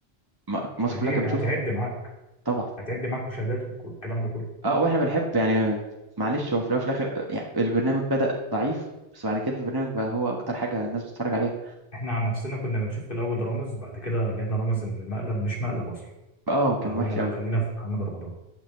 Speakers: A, on the right; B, on the left.
A: م- مصر
B: فدي
A: كلها كانت بتشوفه
B: هتعد معاك
A: طبعا
B: هتعد معاك مشاهدات والكلام ده كله
A: اه واحنا بنحب يعني معلش هو في الاول وفي الاخر آه، يعني البرنامج بدأ ضعيف بس بعد كده البرنامج بقى هو اكتر حاجة الناس بتتفرج عليها
B: احنا عن نفسنا كنا بنشوف في الأول رامز بعد كده لقينا رامز إن المقلب مش مقلب أصلا
A: اه كان
B: فقلنا
A: وحش
B: لا
A: قوي
B: خلينا في محمد رمضان